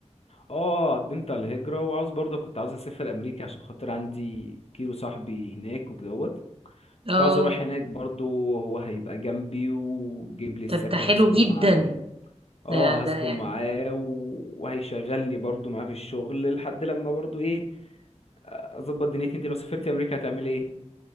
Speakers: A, on the left; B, on the right.
A: اه قدمت على الهجره وعاوز برضه كنت عاوز اسافر امريكا عشان خاطر عندي كيلو صاحبي هناك وكدهوت كنت
B: اه
A: عاوز اروح هناك برضه هو هيبقى جنبي وجيب لي السكن
B: طب ده حلو
A: هسكن
B: جدا
A: معاه اه
B: ده ده
A: هسكن معاه و- وهيشغلني برضو معاه في الشغل لحد لما برضو ايه اظبط دنيتي انت لو سافرتي امريكا هتعملي ايه